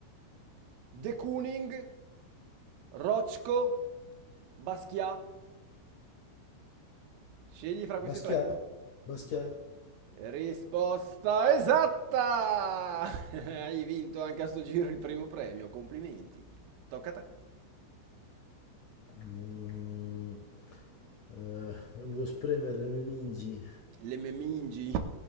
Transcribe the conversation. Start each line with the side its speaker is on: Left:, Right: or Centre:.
Right: De Kooning, Rothko, Basquiat? Scegli fra questi
Left: Baschià.
Right: tre.
Left: Baschià.
Right: Risposta esatta! <laughs> Hai vinto anche a sto giro il primo premio, complimenti. Tocca a te.
Left: Mm, eh, non mi devo spremere le mie mingi.
Right: Le memingi.